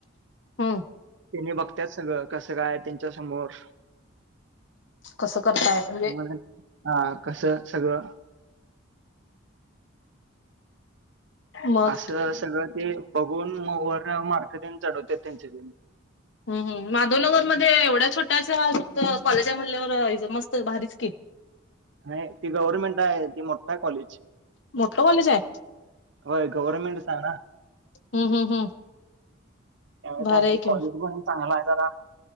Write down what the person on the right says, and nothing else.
त्यांनी बघत्या सगळं कसं काय त्यांच्या समोर
मःमला हा कसं सगळं
असं सगळं ते बघून मग वर मारक दिन चढवत्यात त्यांचे दिन
नाही ती गव्हर्मेंट आहे ती मोठा कॉलेज
होय गव्हर्नमेंटचा आहे ना
त्या
कॉलेज
बंद चांगला आहे जरा